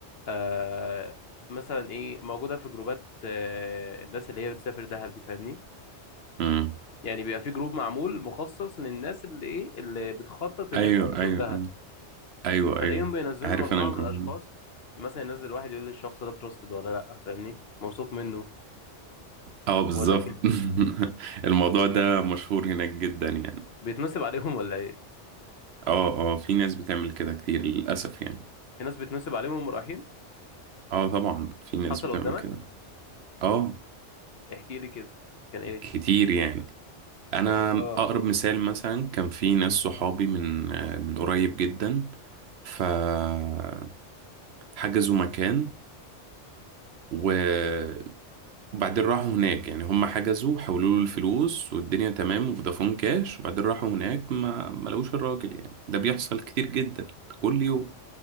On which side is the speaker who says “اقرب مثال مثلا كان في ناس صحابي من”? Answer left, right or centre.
Right